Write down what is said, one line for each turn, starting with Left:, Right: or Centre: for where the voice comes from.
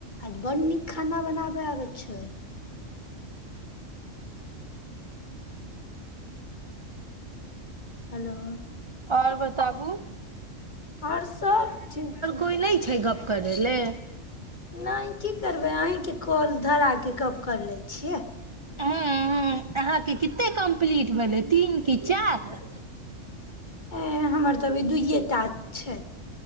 Left: आज बड्ड नीक खाना बनाबय आबै छै हेलो
Right: आओर बताबु
Left: आओर सब ठीक छै नहि
Right: कोइ नहि छै गप करै ले
Left: की करबै अहिं के कॉल धरा के गप्प कर लै छियै
Right: हूँ हँ अहाँके कित कते कम्पलीट भेलै तीन की चार
Left: अं हमर तऽ अभी दूइए टा छै